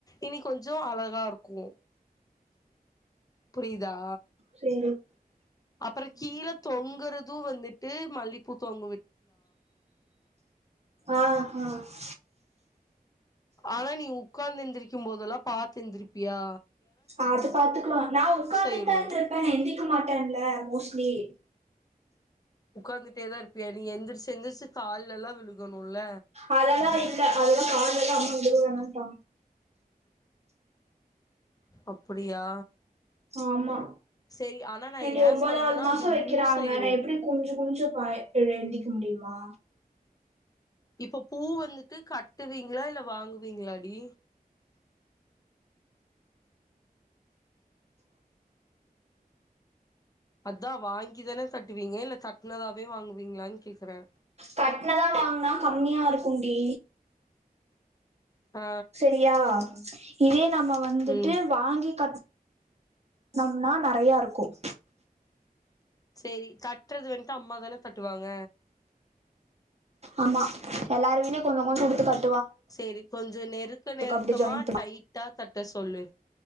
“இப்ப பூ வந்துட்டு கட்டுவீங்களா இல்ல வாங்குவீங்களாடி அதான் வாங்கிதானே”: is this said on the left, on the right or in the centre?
Left